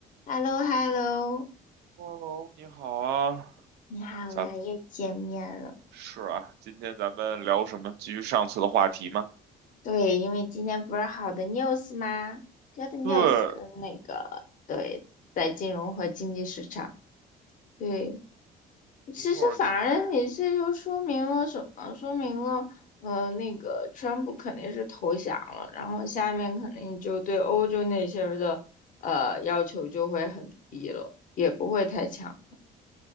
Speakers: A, on the left; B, on the right.
A: h e l l o h e l l o
B: Hello，你好啊，
A: 你好啊，
B: 咱们
A: 又见面了。
B: 是啊，今天咱们聊什么？继续上次的话题吗？
A: 对，因为今天不是好的 news 吗？Good news
B: 对，
A: 跟那个在金融和经济市场。对，其实反而你这就说明了什么？
B: 没错儿，
A: 说明了，呃，那个川普肯定是投降了，然后下面肯定就对欧洲那些人的呃要求就会很低了，也不会太强。